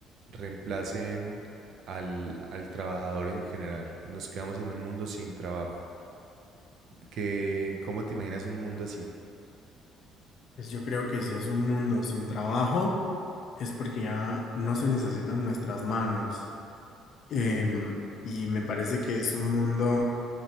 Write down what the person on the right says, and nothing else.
reemplacen al, al trabajador en general. Nos quedamos en un mundo sin trabajo. que ¿cómo te imaginas un mundo así?